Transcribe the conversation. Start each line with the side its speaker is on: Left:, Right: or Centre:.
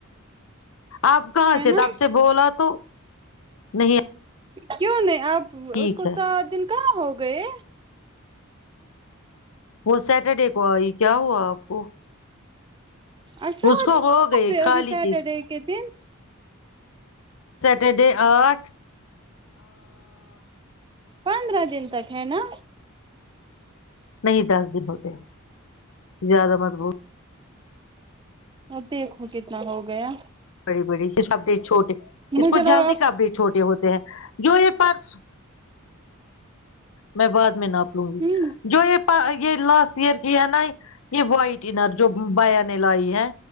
Left: آپ کہاں
Right: ہے
Left: سے
Right: نا
Left: تپ سے بولا تو نہیں
Right: کیوں نہیں آپ
Left: ٹھیک
Right: اس کو
Left: ہے
Right: سات دن کہاں ہو گئے
Left: وہ سیٹرڈے کو آئی کیا ہوا آپ کو
Right: آسا
Left: اس
Right: ہو
Left: کو
Right: د تو
Left: گئے
Right: ا
Left: خالی کے
Right: سٹرڈے ک دن
Left: سٹرڈے آٹھ
Right: پندرہ دن تک ہے نا
Left: نہیں دس دن ہوتے زیادہ متب
Right: ہ ا دیکھو کتنا ہو گیا
Left: بڑی بڑی یہ سب چھوٹے اس
Right: مجھے
Left: کو
Right: لگا
Left: جلدی کب بھی چھوٹے ہوتے ہیں جو یہ پرس میں بعد میں ناپ لوں گی
Right: ہ
Left: جو یہ یہ لاسٹ ر کی ہے نا یہ وائٹ انر جو بیا نے لائی ہے